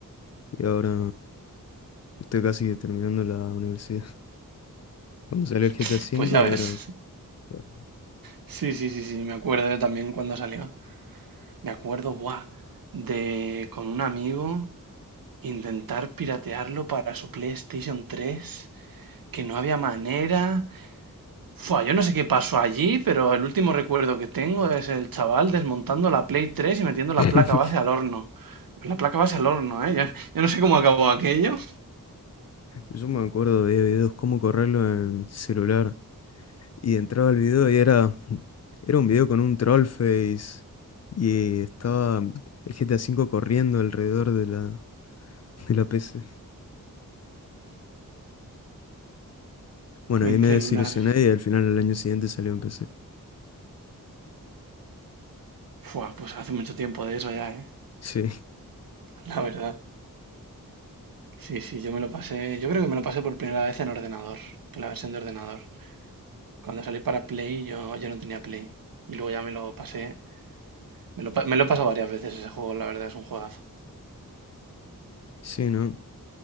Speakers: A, on the left (about 50°); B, on the right (about 80°).
A: y ahora estoy casi que terminando la universidad. <laughs> Cuando salió el GTA
B: <laughs>
A: V
B: Pues ya
A: y
B: ves.
A: ahora... bueno.
B: Sí, sí, sí, sí. Me acuerdo yo también cuando salió. Me acuerdo, buah, de con un amigo intentar piratearlo para su PlayStation 3 que no había manera. Fua, yo no sé qué pasó allí, pero el último recuerdo que tengo es el chaval desmontando la Play 3 y metiendo la
A: <laughs>
B: placa base al horno. La placa base al horno, ¿eh? Yo, yo no sé cómo acabó aquello
A: Yo me acuerdo de videos cómo correrlo en celular y entraba el video y era... Era un video con un troll face y estaba el GTA V corriendo alrededor de la, de la PC. Bueno,
B: con
A: ahí me
B: celular.
A: desilusioné y al final el año siguiente salió en PC.
B: Fua, pues hace mucho tiempo de eso ya, ¿eh?
A: Sí,
B: La verdad. Sí, sí, yo me lo pasé. Yo creo que me lo pasé por primera vez en ordenador, en la versión de ordenador. Cuando salí para Play, yo, yo no tenía Play. Y luego ya me lo pasé. Me lo, pa- me lo he pasado varias veces ese juego, la verdad, es un juegazo.
A: sí, ¿no?